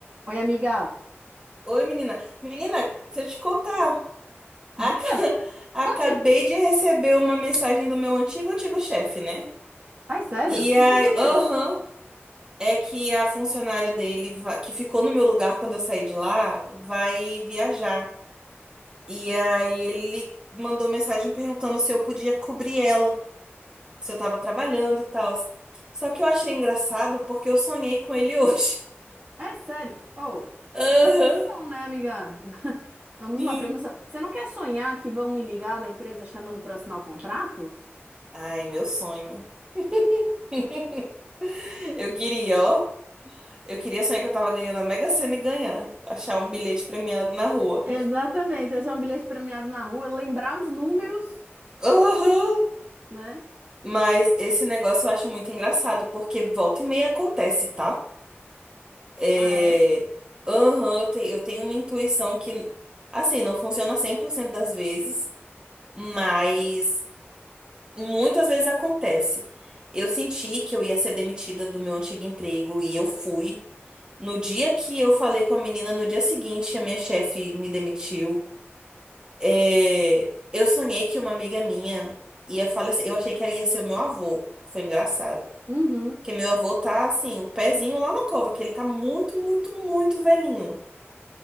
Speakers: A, on the right (about 40°); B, on the right (about 20°).
A: Oi, amiga.
B: Oi, menina. Menina, deixa eu te contar. Aca-
A: Diga,
B: <laughs> Acabei
A: conte.
B: de receber uma mensagem do meu antigo, antigo chefe, né?
A: Ai, sério?
B: E
A: O que
B: aí,
A: que ele queria?
B: aham, é que a funcionária dele, va- que ficou no meu lugar quando eu saí de lá, vai viajar. E aí ele mandou mensagem perguntando se eu podia cobrir ela, se eu tava trabalhando e tal. Só que eu achei engraçado porque eu sonhei com ele hoje.
A: É sério. Oh,
B: <laughs> Aham,
A: premonição, né, amiga? <laughs> Vamos
B: sim.
A: lá, premonição. Você não quer sonhar que vão me ligar da empresa chamando para assinar o contrato?
B: Ai, meu sonho. <laughs> Eu queria, ó. Eu queria sonhar que eu tava ganhando a Mega Sena e ganhar. Achar um bilhete premiado na rua.
A: Exatamente. Achar um bilhete premiado na rua, lembrar os números,
B: Aham.
A: né?
B: Mas esse negócio eu acho muito engraçado, porque volta e meia acontece, tá? É...
A: Ah, é?
B: Aham, eu, te- eu tenho uma intuição que, assim, não funciona 100% das vezes, mas muitas vezes acontece. Eu senti que eu ia ser demitida do meu antigo emprego e eu fui. No dia que eu falei com a menina, no dia seguinte, a minha chefe me demitiu. É, eu sonhei que uma amiga minha ia falecer. Eu achei que ela ia ser o meu avô, que foi engraçado.
A: Uhum.
B: Porque meu avô tá, assim, o pezinho lá na cova, que ele tá muito, muito, muito velhinho.